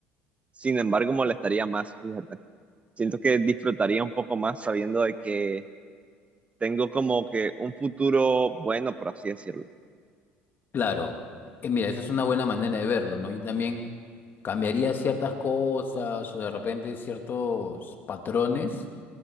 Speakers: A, on the right; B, on the left.
A: sin embargo molestaría más, fíjate. Siento que disfrutaría un poco más sabiendo de que tengo como que un futuro bueno, por así decirlo.
B: claro. Eh, mira, esa es una buena manera de verlo, ¿no? Yo también... cambiaría ciertas cosas o de repente ciertos patrones,